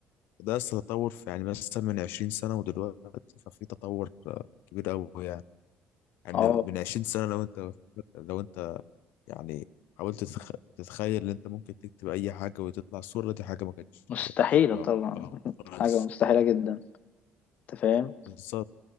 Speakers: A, on the left; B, on the left.
A: فده لسه تطور في يعني مثلا من 20 سنة ودلوقتي ففي تطور آه، كبير قوي يعني يعني
B: اه
A: من 20 سنة لو انت لو انت يعني حاولت تتخ... تتخيل ان انت ممكن تكتب اي حاجه وتطلع الصوره دي حاجه ما كانتش
B: مستحيله
A: متوقعة
B: طبعا <laughs>
A: خالص
B: حاجه مستحيله جدا انت فاهم
A: بالظبط